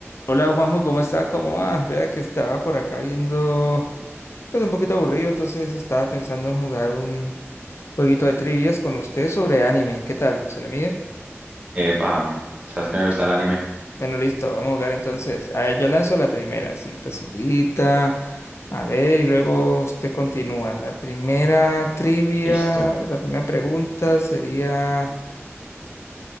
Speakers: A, on the left; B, on the right.
A: Hola Juanjo, ¿cómo está? ¿Cómo va? Vea que estaba por acá viendo, pues un poquito aburrido, entonces estaba pensando en jugar un jueguito de trivias con usted sobre anime. ¿Qué tal? ¿Se le mide?
B: Epa, ¿sabes que me gusta el anime?
A: Bueno, listo, vamos a jugar entonces. A ver, yo lanzo la primera, así facilita. A ver, y luego usted continúa. La primera trivia,
B: Listo,
A: la primera pregunta sería...